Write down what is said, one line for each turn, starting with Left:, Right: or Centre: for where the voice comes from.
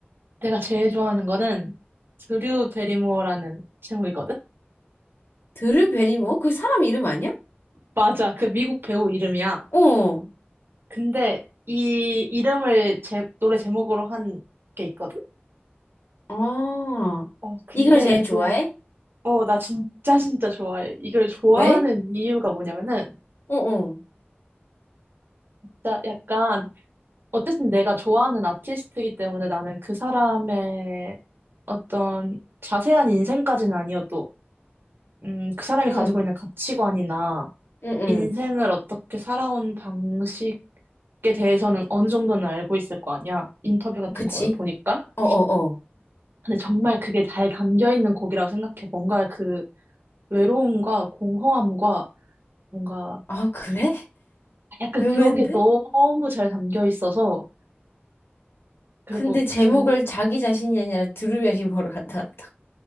Right: 내가 제일 좋아하는 거는 드류 베리모어라는 제목이거든?
Left: 드르베리모? 그 사람 이름 아니야?
Right: 맞아, 그 미국 배우 이름이야.
Left: 어,
Right: 근데 이 이름을 제, 노래 제목으로 한 게 있거든?
Left: 아,
Right: 어, 근데
Left: 이걸 제일
Right: 이
Left: 좋아해?
Right: 노래, 어, 나 진짜 진짜 좋아해. 이걸 좋아하는
Left: 왜?
Right: 이유가 뭐냐면은,
Left: 어, 어,
Right: 진짜 약간 어쨌든 내가 좋아하는 아티스트이기 때문에 나는 그 사람의 어떤 자세한 인생까지는 아니어도, 음, 그 사람이
Left: 응,
Right: 가지고 있는 가치관이나
Left: 응, 응.
Right: 인생을 어떻게 살아온 방식에 대해서는 어느 정도는 알고 있을 거 아니야. 인터뷰 같은
Left: 그치?
Right: 거를 보니까.
Left: 어, 어, 어.
Right: 근데 정말 그게 잘 담겨 있는 곡이라고 생각해. 뭔가 그 외로움과 공허함과 뭔가
Left: 아, 그래?
Right: 약간
Left: 의외인데?
Right: 그런 게 너무 잘 담겨 있어서, 그리고
Left: 근데 제목을
Right: 그
Left: 자기 자신이 아니라 드루베리모로 갖다 놨다.